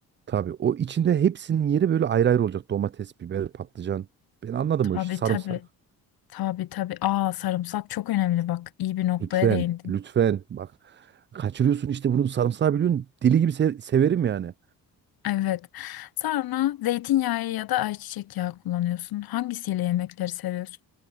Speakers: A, on the right; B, on the left.
A: Tabii o içinde hepsinin yeri böyle ayrı ayrı olacak. Domates, biber, patlıcan. Ben anladım
B: Tabii
A: o işi. Sarımsak.
B: tabii. Tabii tabii. Aa sarımsak çok önemli bak. İyi bir noktaya
A: Lütfen,
B: değindin.
A: lütfen. Bak kaçırıyorsun işte bunun sarımsağı biliyorsun. Deli gibi se- severim yani.
B: Evet. Sonra zeytinyağı ya da ayçiçek yağı kullanıyorsun. Hangisiyle yemekleri seviyorsun?